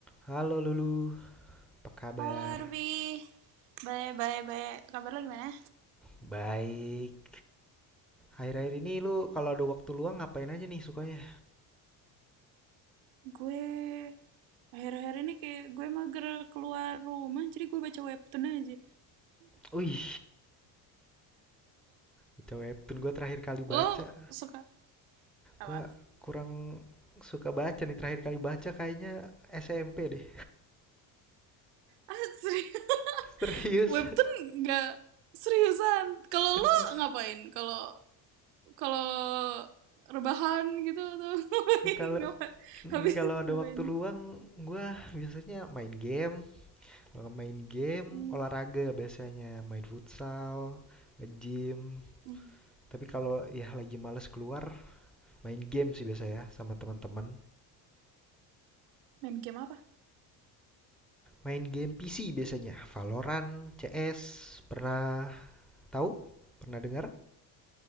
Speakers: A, in the centre; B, on the right (about 80°).
A: Halo Lulu, apa kabar?
B: Halo Arvi, bye bye bye, Kabar lo gimana?
A: Baik. Akhir-akhir ini lu kalau ada waktu luang ngapain aja nih sukanya?
B: Gue akhir-akhir ini kayak gue mager keluar rumah, jadi gue baca webtoon aja.
A: Wih, baca webtoon gue terakhir kali baca.
B: Lo suka apa?
A: Gue kurang suka baca nih terakhir kali baca kayaknya SMP deh.
B: Ah, serius? <laughs>
A: Serius,
B: Webtoon nggak seriusan. Kalau
A: <laughs> serius.
B: lo ngapain? Kalau kalau rebahan gitu atau <laughs> ngapain?
A: Kalau
B: Ngapain?
A: ini
B: Habis
A: kalau
B: itu
A: ada
B: ngapain?
A: waktu luang, gue biasanya main game. Kalau main game,
B: Hmm,
A: olahraga biasanya main futsal, nge-gym.
B: Hmm,
A: Tapi kalau ya lagi males keluar, main game sih biasa ya sama teman-teman.
B: Main game apa?
A: Main game PC biasanya, Valorant, CS, pernah tahu? Pernah dengar?